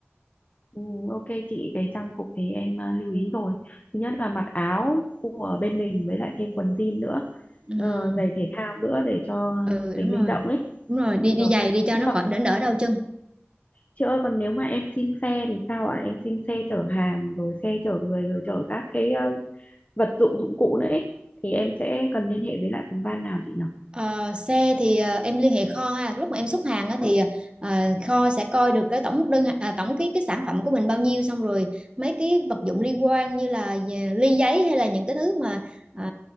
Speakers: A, on the left (about 40°); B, on the right (about 25°).
A: ừ, ok chị về trang phục thì em à, lưu ý rồi thứ nhất là mặc áo của bên mình với lại thêm quần jean nữa
B: ừ,
A: ờ, giày thể thao nữa để cho
B: ừ
A: mình
B: đúng
A: linh
B: rồi
A: động ấy
B: đúng rồi đi
A: rồi
B: đi giày đi cho nó
A: còn
B: khỏi đỡ đỡ đau chân
A: chị ơi còn nếu mà em xin xe thì sao ạ em xin xe chở hàng rồi xe chở người rồi chở các cái ờ, vật dụng dụng cụ nữa ấy thì em sẽ cần liên hệ với lại phòng ban nào chị nhỉ
B: Ờ, xe thì ờ, em liên hệ kho ha lúc mà em xuất hàng á, thì ờ, kho sẽ coi được cái tổng đơn à, tổng cái cái sản phẩm của mình bao nhiêu xong rồi mấy cái vật dụng liên quan như là nhà- ly giấy hay là những cái thứ mà ờ,